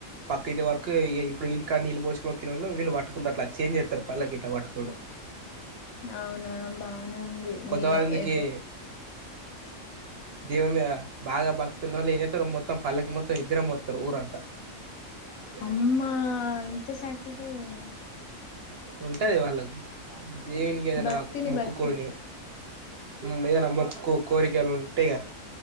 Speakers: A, on the right; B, on the left.
A: పక్క ఇంటి వరకు ఇప్పుడు ఇంటి కాని నీళ్ళు పోసి మొకిన వాళ్ళు వళ్ు పట్టుకుంటారు అట్లా చేంజ్ చేస్తారు పళ్లకి ఇట్లా పట్టుకుని
B: అవునా బానే ఉంది మీ
A: కొంతమందికి
B: ఏ
A: దేవుని కదా బాగా భక్తి ఉన్న ఏంచేస్తారు మొత్తం పల్లకి మొత్తం ఇద్దరే మోస్తారు ఊరంత పరిధి
B: అమ్మా
A: నఫాను
B: ఇంత సాక్రిఫైస్
A: ఉంటది వాళ్ళకు దేన్కది
B: భక్తిని
A: నాక్ మోక్కుకుని
B: బట్టి
A: మ్ ఎరా మొక్కు కోరికలు ఉంటాయిగా